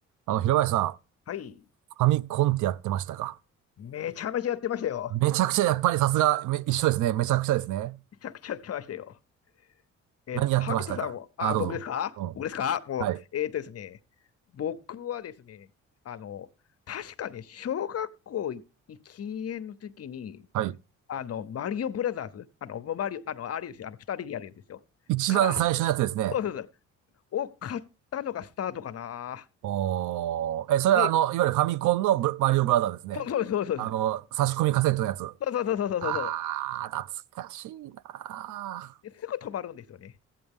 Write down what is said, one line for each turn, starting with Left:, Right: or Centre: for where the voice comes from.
Right: あの、平林さん、
Left: はい。
Right: ファミコンってやってましたか
Left: めちゃめちゃやってましたよ。
Right: めちゃくちゃ、やっぱりさすが、め一緒ですね。めちゃくちゃですね。
Left: <laughs> めちゃくちゃやってましたよ。えー、
Right: 何やってましたかあ、
Left: 萩田さんは、あ、
Right: どうぞ。
Left: 僕ですか僕ですかもう、
Right: うん。はい。
Left: えーとですね、僕はですね、あの、確かね、小学校禁煙の時に、
Right: はい。
Left: あの、マリオブラザーズ、あの、もうマリオ、あの、あれですよ、あの、二人でやるやつですよ。
Right: 一番最初のやつですね。
Left: から、そうそうそう、を買ったのがスタートかな。
Right: おー。え、それはあの、
Left: で、
Right: いわゆるファミコンのブマリオブラザーですね。
Left: そうそうです、そうです、そうです。
Right: あの、差し込みカセットのやつ。
Left: そうそうそうそうそうそう。
Right: あー、懐かしいなー。
Left: ですぐ止まるんですよね。